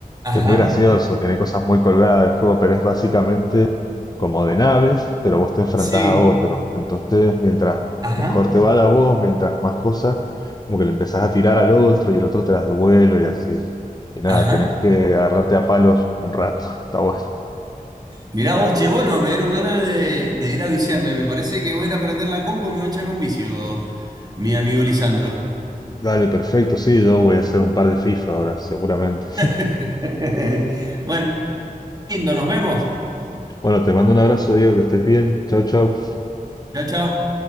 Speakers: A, on the left (about 25°); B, on the right (about 25°).
A: que
B: Ajá.
A: es muy gracioso, tiene cosas muy colgadas el juego, pero es básicamente como de naves, pero vos te enfrentás
B: Sí.
A: a otros. Entonces, mientras
B: Ajá.
A: mejor te vaya vos, mientras más cosas, como que le empezás a tirar al otro y el otro te las devuelve y así. Y nada,
B: Ajá.
A: tenés que agarrarte a palos un rato. <laughs> Está bueno.
B: Mirá vos, che, bueno, me dieron ganas de, de ir a viciarme. Me parece que voy a ir a prender la compu y me voy a echar un vicio, mi amigo Lisandro.
A: Dale, perfecto, sí, yo voy a hacer un par de FIFA ahora, seguramente.
B: <laughs> Bueno, lindo, nos vemos.
A: Bueno, te mando un abrazo, Diego, que estés bien. Chau, chau.
B: Chao, chao.